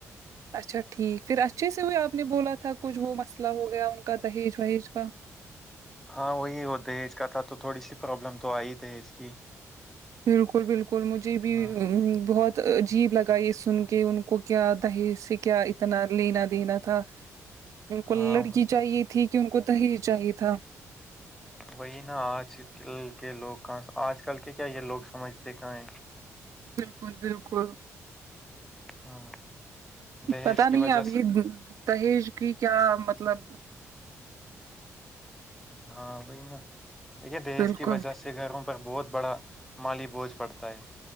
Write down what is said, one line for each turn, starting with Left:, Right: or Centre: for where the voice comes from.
Right: اچھا ٹھیک پھر اچھے سے ہو آپ نے بولا تھا کچھ وہ مسئلہ ہو گیا ان کا دہیج وہیج کا
Centre: ہاں وہی وہ دہج کا تھا تو تھوڑی سی پروبلم تو آئی دہج کی
Right: بالکل بالکل مجھے بھی
Centre: ہاں
Right: بہت عجیب لگا یہ سن کے ان کو کیا دہیز سے کیا اتنا لینا دینا تھا ان کو
Centre: ہاں
Right: لڑکی
Centre: وہ-
Right: چاہیے تھی کہ ان کو دہیج چاہیے تھا
Centre: وہی نا آج کل کے لوگ کہاں آج کل کے کیا یہ لوگ سمجھتے کہاں ہیں
Right: بالکل بالکل
Centre: ہاں دہیج
Right: پتا
Centre: کی
Right: نہیں
Centre: وجہ
Right: اب
Centre: سے
Right: یہ دہیج کی کیا مطلب
Centre: ہاں وہی نا دیکھے دھیج
Right: بالکل
Centre: کی وجہ سے گھروں پر بہت بڑا مالی بوجھ پڑتا ہے